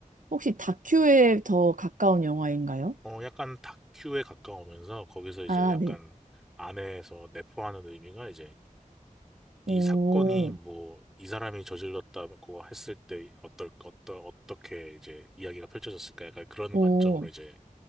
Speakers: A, on the right; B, in the centre.
A: 혹시 다큐에 더 가까운 영화인가요?
B: 어, 약간 다큐에 가까우면서 거기서 이제
A: 아,
B: 약간
A: 네.
B: 안에서 내포하는 의미가 이제
A: 오,
B: 이 사건이 뭐 이 사람이 저질렀다고 했을 때 어떨, 어떠, 어떻게 이제 이야기가 펼쳐졌을까 약간 그런
A: 오.
B: 관점으로 이제